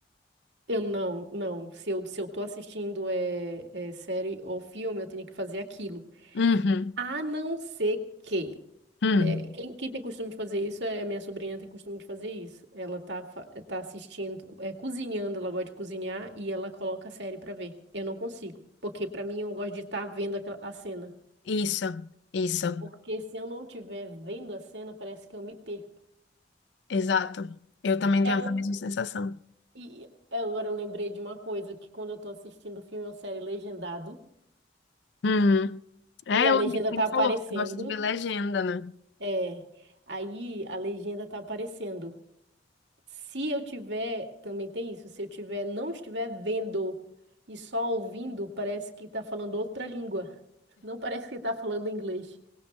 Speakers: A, on the right (about 75°); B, on the left (about 70°).
A: Eu não, não. Se eu, se eu tô assistindo é, é série ou filme, eu tenho que fazer aquilo.
B: Uhum,
A: A não ser que
B: hum.
A: É, quem, quem tem costume de fazer isso é a minha sobrinha tem costume de fazer isso. Ela tá, fa- tá assistindo, é, cozinhando, ela gosta de cozinhar e ela coloca a série pra ver. Eu não consigo, porque pra mim eu gosto de estar vendo aquela- a cena.
B: Isso, isso,
A: Porque se eu não estiver vendo a cena, parece que eu me perco.
B: exato. Eu também tenho
A: É,
B: essa mesma sensação.
A: e é, agora eu lembrei de uma coisa, que quando eu tô assistindo filme ou série legendado
B: Uhum. É,
A: e a
B: o
A: legenda
B: que você
A: tá aparecendo,
B: falou, que você gosta de ver legenda, né?
A: é, aí a legenda tá aparecendo. Se eu tiver, também tem isso, se eu tiver, não estiver vendo e só ouvindo, parece que tá falando outra língua. <laughs> Não parece que tá falando inglês.